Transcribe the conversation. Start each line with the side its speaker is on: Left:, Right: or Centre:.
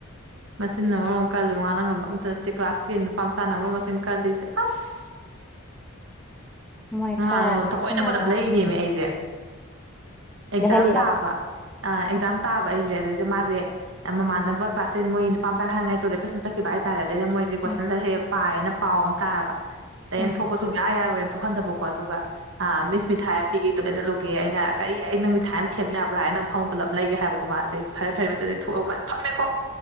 Right: ꯃꯆꯤꯟꯅ ꯃꯔꯣꯝ ꯀꯜꯂꯤ ꯉꯥꯡꯅ ꯉꯝꯕ ꯑꯝꯇ ꯅꯠꯇꯦ ꯀ꯭ꯂꯥꯁ ꯇꯦꯟ ꯅꯨꯄꯥ ꯃꯆꯥꯅ ꯃꯔꯣꯝ ꯃ ꯃꯆꯤꯟ ꯀꯜꯂꯤꯁꯦ ꯑꯁ
Centre: ꯃꯣꯏ
Right: ꯅꯍꯥꯟꯅꯣꯡꯃ
Centre: ꯈꯔ ꯉꯥꯎꯁꯟꯅꯕ
Right: ꯊꯑꯣꯏꯅ ꯕꯂꯞ ꯂꯩꯔꯤꯅꯦꯃꯤ ꯑꯩꯁꯦ ꯑꯦꯛꯖꯥꯝ
Centre: ꯂꯩꯍꯜꯂꯤꯔꯕ
Right: ꯇꯥꯕ ꯑ ꯑꯦꯛꯖꯥꯝ
Centre: ꯎꯝ
Right: ꯇꯥꯕ ꯑꯩꯁꯦ ꯑꯗꯩꯗ ꯃꯥꯁꯦ ꯃꯃꯥꯟꯅꯕ ꯀ꯭ꯂꯥꯁ ꯇꯦꯟ ꯃꯣꯏ ꯅꯨꯄꯥ ꯃꯆꯥꯉꯩ ꯇꯣꯏꯂꯦꯠꯇ ꯁꯨꯝ ꯆꯠꯈꯤꯕ ꯍꯥꯏ ꯍꯥꯏꯇꯥꯔꯦꯗ ꯃꯣꯏꯁꯦ ꯀꯣꯏꯁꯟꯁꯔ
Centre: ꯎꯝ
Right: ꯍꯦꯛ ꯄꯥꯏꯌ‌ꯦꯅ ꯄꯥꯎ ꯑꯃ ꯇꯥꯔꯕ ꯑꯗ ꯑꯩꯅ
Centre: ꯎꯝ
Right: ꯊꯣꯛꯄ ꯁꯨꯡꯌꯥ ꯌꯥꯔꯣꯏꯅ ꯊꯣꯛꯍꯟꯗꯕ ꯑꯗꯨꯒ ꯑ ꯃꯤꯁ ꯃꯤꯊꯥꯏ ꯑꯃ ꯄꯤꯒ ꯇꯣꯏꯂꯦꯠ ꯆꯠꯂꯨꯒꯦ ꯑꯩꯅ ꯀꯔꯤ ꯑꯩ ꯅꯪ ꯃꯤꯊꯥꯏ ꯑꯃ ꯊꯦꯝ ꯌꯥꯕ꯭ꯔꯥ ꯅꯪ ꯐꯝꯃꯣꯕꯂꯞ ꯂꯩꯒꯦ ꯍꯥꯏꯕꯀ‌ꯣ ꯃꯥ ꯑꯗꯩ ꯐꯔꯦ ꯐꯔꯦ ꯃꯁꯦ ꯊꯣꯛꯑꯒ ꯃꯥꯁꯤ ꯐꯝꯃꯦꯀꯣ